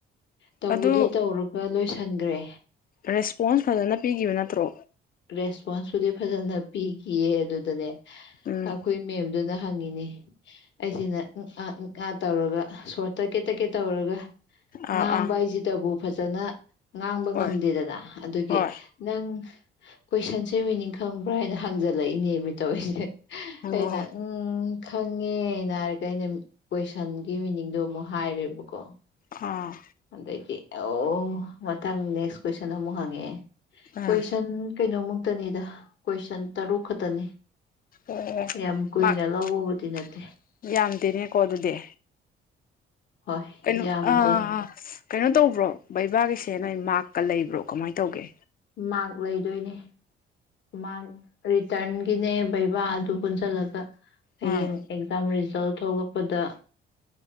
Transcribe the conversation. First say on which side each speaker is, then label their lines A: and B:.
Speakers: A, on the left (about 65°); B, on the left (about 45°).
A: ꯇꯧꯕꯗꯤ
B: ꯑꯗꯨ
A: ꯇꯧꯔꯒ ꯂꯣꯏꯁ ꯊꯪꯈ꯭ꯔꯦ
B: ꯔꯦꯁꯄꯣꯟꯁ ꯐꯖꯅ ꯄꯤꯈꯤꯕ ꯅꯠꯇ꯭ꯔꯣ
A: ꯔꯦꯁꯄꯣꯟꯁꯕꯨꯗꯤ ꯐꯖꯅ ꯄꯤꯈꯤꯌꯦ ꯑꯗꯨꯗꯅꯦ
B: ꯎꯝ
A: ꯑꯩꯈꯣꯏ ꯃꯦꯝꯗꯨꯅ ꯍꯪꯉ ꯅꯦ ꯑꯩꯁꯤꯅ ꯑꯥ ꯉꯥ ꯇꯧꯔꯒ ꯁꯣꯔꯠ ꯇꯀꯦꯠ ꯇꯔꯀꯦꯠ ꯇꯧꯔꯒ
B: ꯑꯥ
A: ꯉꯥꯡ
B: ꯑꯥ
A: ꯏꯖꯤ ꯇꯕꯨ ꯐꯖꯅ ꯉꯥꯡꯕ
B: ꯍꯣꯏ
A: ꯉꯝꯗꯦꯗꯅ ꯑꯗꯨꯒꯤ
B: ꯍꯣꯏ
A: ꯅꯪ ꯀꯣꯏꯁꯟꯁꯦ ꯃꯤꯅꯤꯡ ꯈꯪꯕ꯭ꯔꯥ ꯍꯥꯏꯅ ꯍꯪꯖꯜꯂꯛꯏꯅꯦ ꯇꯧꯔꯤꯁꯦ
B: ꯍꯪꯉꯣ
A: ꯑꯅ
B: ꯍꯣꯏ
A: ꯎꯝ ꯈꯪꯉꯦꯅ ꯍꯥꯏꯔꯒ ꯑꯩꯅ ꯀꯣꯏꯁꯟꯒꯤ ꯃꯤꯅꯤꯡꯗꯣ ꯑꯃꯨꯛ ꯍꯥꯏꯔꯦꯕꯀꯣ
B: ꯑꯥ
A: ꯑꯗꯒꯤ ꯑꯣ ꯃꯊꯪ ꯅꯦꯛꯁ ꯀꯣꯏꯁꯟ ꯑꯃꯨꯛ ꯍꯪꯉꯛꯑꯦ
B: ꯑꯥ
A: ꯀꯣꯏꯁꯟ ꯀꯩꯅꯣꯃꯨꯛ ꯈꯛꯇꯅꯤꯗ ꯀꯣꯏꯁꯟ ꯇꯔꯨꯛ ꯈꯛꯇꯅꯤ
B: ꯑꯣ
A: ꯌꯥꯝ ꯀꯨꯏꯅ
B: ꯍꯣꯏ
A: ꯂꯧꯕꯕꯨꯗꯤ ꯅꯠꯇꯦ
B: ꯌꯥꯝꯗꯦꯅꯦꯀꯣ ꯑꯗꯨꯗꯤ
A: ꯍꯣꯏ
B: ꯀꯩꯅꯣ
A: ꯌꯥꯝꯗꯦ
B: ꯑꯥ ꯀꯩꯅꯣ ꯇꯧꯕ꯭ꯔꯣ ꯕꯩꯕꯥꯒꯤꯁꯦ ꯅꯣꯏ ꯃꯥꯛꯀ ꯂꯩꯕ꯭ꯔꯣ ꯀꯃꯥꯏꯅ ꯇꯧꯒꯦ
A: ꯃꯥꯥꯛ ꯂꯩꯗꯣꯏꯅꯦ ꯃꯥ ꯔꯤꯇꯔꯟꯒꯤꯅꯦ ꯕꯩꯕꯥ ꯑꯗꯨ ꯄꯨꯟꯁꯤꯜꯂꯒ ꯍꯌꯦꯡ
B: ꯎꯝ
A: ꯑꯦꯛꯖꯝꯔꯤꯁ ꯇꯧ ꯊꯣꯛꯂꯛꯄꯗ